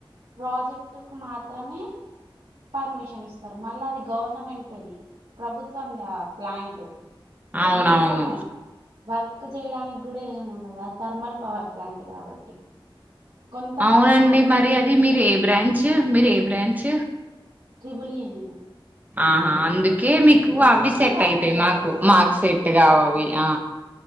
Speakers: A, on the right; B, on the right.
A: ప్రాజెక్టుకు మాత్రమే పర్మిషన్ ఇస్తారు, మళ్ళా అది గవర్నమెంటుది ప్రభుత్వంది ఆ ప్లాంట్
B: అవునవును
A: అందులో వర్క్ ర్క్ చేయడానికి కూడా ఏమి ఉండదు ఆ థర్మల్ పవర్ ప్లాంట్ కాబట్టి కొంతమంది
B: అవునండి
A: మాత్రమే
B: మరి అది
A: చేస్తారు
B: మీరు ఏ బ్రాంచ్ మీరు ఏ బ్రాంచ్
A: త్రిబులి నేను
B: ఆహా అందుకే మీకు
A: అందుకే
B: అవి సెట్
A: థర్మల్
B: అయితై
A: పవర్
B: మాకు
A: ప్లాంట్
B: మాక్ సెట్ గా వవి ఆ